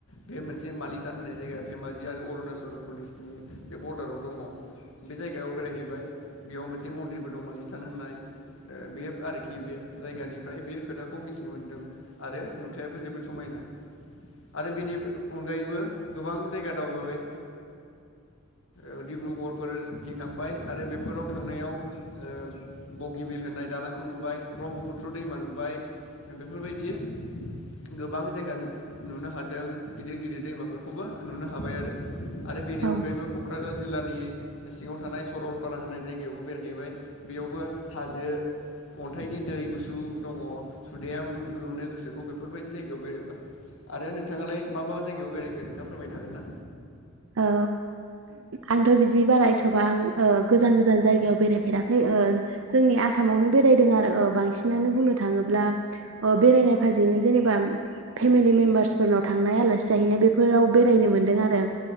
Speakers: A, on the left; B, on the right.
A: बे मोनसे मालिथान होननाय जायगाया धेमाजि आरो अरुणाचल प्रदेशनि बे बरदाराव दङ'। बे जायगायाव बेरायहैबाय बेयाव मोनसे मन्दिरबो दं माललिटान होननाय ओ बे आरोखि बे जायगानिफ्राय बे खोथाखौ मिथिनो मोनदों। आरो नुथायाबो जोबोद समायना आरो बेनि अनगायैबो गोबां जायगा दावबायबाय ओ ओ डिब्रुगरफोरथिं थांबाय आरो बेफोराव थांनायाव ओ बगिबिल होननाय दालांखौ नुबाय, ब्रह्मपुत्र दैमा नुबाय। बेफोरबायदि गोबां जायगा नुनो हादों गिदिर गिदिर दैमाफोरखौबो नुनो हाबाय आरो। आरो बेनि
B: औ
A: अनगायैबो क'क्राझार जिल्लानि सिङाव थानाय सरलपारा होनानाय जायगायावबो बेरायहैबाय बेयावबो हाजो अन्थाइनि दै गुसु दङ सुदेम मोननो गोसोखौ बेफोरबायदि जायगायाव बेरायबा आरो नोंथाङालाय मा मा जायगायाव बेरायखो नोंथाङा फोरमायनो हागोन ना?
B: औ आंथ' बिदि बारायथ'बां ओ गोजान गोजान जायगायाव बेरायफेराखै। ओ जोंनि आसामावनो बेरायदों आरो ओ बांसिनानो बुंनो थाङोब्ला ओ बेरायनाय भाजिनो जेनेबा फेमिलि मेम्बारसफोरनाव थांनाय आलासि जाहैनाय बेफोराव बे बेरायनो मोनदों आरो